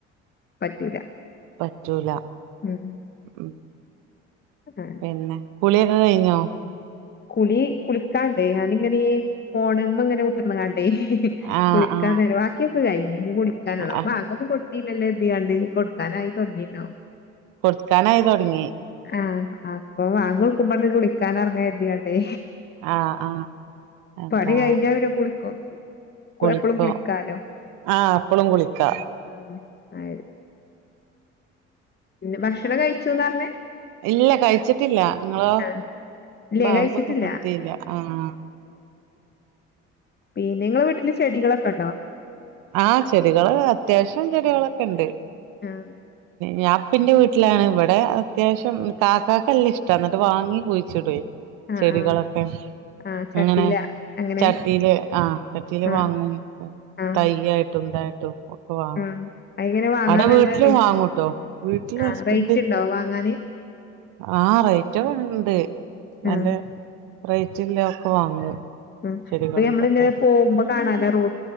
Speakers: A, on the left (about 30°); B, on the right (about 65°).
A: പറ്റൂല
B: പറ്റൂല
A: ഉം
B: ഉം
A: ആ
B: പിന്നെ കുളിയൊക്കെ കഴിഞ്ഞോ
A: കുളി കുളിക്കാണ്ടേ ഞാന ഇങ്ങനെ ഫോണ അങ്ങനെ ഉത്തിർന്ന കാ
B: ആഹ്
A: കുളിക്കൻ
B: ആഹ്
A: ത ബാക്കിക്ക കഴിഞ്ഞഞ്ഞ് കുളിക്കാനുള്ള
B: ആ
A: ബാഗൊ പല്ല എന്തണ്ട് കൊടുക്കാനായി തുടങ്ങീട്ടോ
B: കൊടുക്കാനയ് തുടങ്ങി
A: ആഹ് അപ്പൊ വാങ്ങക്കുമ്പോ വിളിക്കാൻ ഇറങ്ങാുന്നട്ടേ
B: ആഹ് ആഹ് എന്താ
A: പനി കഴിഞ്ഞ പിന കുളിക്കോ
B: കുളിക്കോ
A: എപ്പഴും കുളിക്കാലോ
B: ആഹ് അപ്പളും കുളിക്കാ
A: ആഹ് ആ പിന്നെ ഭക്ഷണം കഴിച്ചുന്ന് പറഞ്ഞേ
B: ഇല്ല കഴിച്ചിട്ടില്ല നിങ്ങളോ?
A: ആഹ് ഇല്ലേ
B: ഭാങ്ങൊന്നും
A: കഴിച്ചിട്ടില്ല
B: കൊടുതില്ല ആഹ്
A: പിന്നെ നിങ്ങളെ വീട്ടില് ചെടികളൊക്കെ ഉണ്ടോ
B: ആ ചെടികള് അത്യാവശ്യം ചെടികളൊക്കെ ഉണ്ട്
A: ആഹ്
B: ഞാൻ അപ്പിന്റെ വീട്ടിലാണ് ഇവിടെ അത്യാവശ്യം കാക്കക്ക്ല്ലാം ഇഷ്ട എന്നിട്ട് വാങ്ങി കുഴിച്ചിടു
A: ആഹ്
B: ചെടികളൊക്കെ
A: ആഹ് ആഹ് ചട്ടീല
B: അങ്ങനെ
A: അങ്ങനെ
B: ചട്ടിയില് ആഹ ചട്ടിയില്
A: ആഹ്
B: വാങ്ങും
A: ആഹ്
B: തയ്യയിട്ടും ഇതായിട്ടും ഒക്കെ വാങ്ങ
A: ആഹ് അയിങ്ങനെ വാങ്ങാൻ
B: അവിടെ
A: നല്ല
B: വീട്ടിലും
A: റേറ്റ്
B: വാങ്ങൂട്ടോ വീട്ടില്
A: ആഹ്
B: ഹസ്ബൻഡ്
A: റേറ്റ് ഉണ്ടോ വാങ്ങാന്
B: ആഹ റേറ്റൊക്കെണ്ട് നല്ല
A: ആഹ്
B: റേറ്റല്ല ഒക്കെ വാങ്ങും
A: ഉ
B: ചെടികളും
A: ഇപ്പൊ ഞമ്മളിങ്ങനെ
B: ഇതൊക്കെ
A: പോകുമ്പോ കാണാല റോഡ